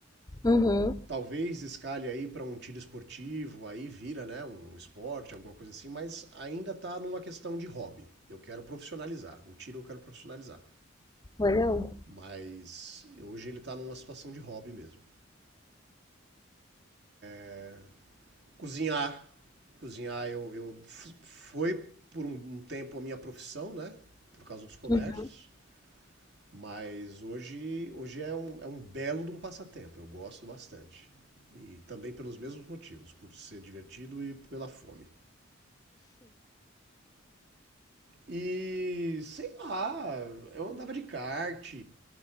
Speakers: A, on the left; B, on the right.
A: Uhum.
B: Talvez escalhe aí para um tiro esportivo, aí vira, né, um esporte, alguma coisa assim, mas ainda tá numa questão de hobby. Eu quero profissionalizar. O tiro eu quero profissionalizar.
A: Olha.
B: Mas hoje ele tá numa situação de hobby mesmo. né? Cozinhar. Cozinhar, eu, eu foi por um um tempo a minha profissão, né? Por causa dos comércios.
A: um.
B: Mas hoje, hoje é, um, é um belo de um passatempo. Eu gosto bastante. E também pelos mesmos motivos, por ser divertido e pela fome. E sei lá, eu andava de kart,